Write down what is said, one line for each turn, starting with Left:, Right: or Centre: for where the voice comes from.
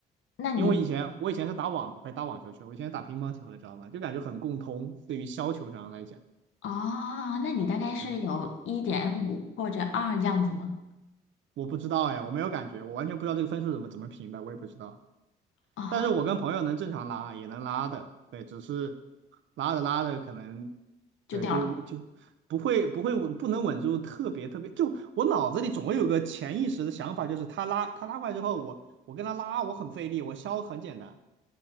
Left: 那你，
Right: 因为我以前我以前是打网，不是打网球去，我以前是打乒乓球的，知道吗？就感觉很共通，对于削球这样来讲，
Left: 哦，那你大概是有一点五或者二这样子吗？
Right: 对，我不知道哎，我没有感觉，我完全不知道这个分数怎么怎么评的，我也不知道。
Left: 啊、
Right: 但是我跟朋友能正常拉，也能拉的，对，只是拉着拉着可能，
Left: 就掉了
Right: 对，就就不会不会稳，不能稳住特别特别，就我脑子里总会有个潜意识的想法，就是他拉他拉过来之后，我我跟他拉，我很费力，我削很简单，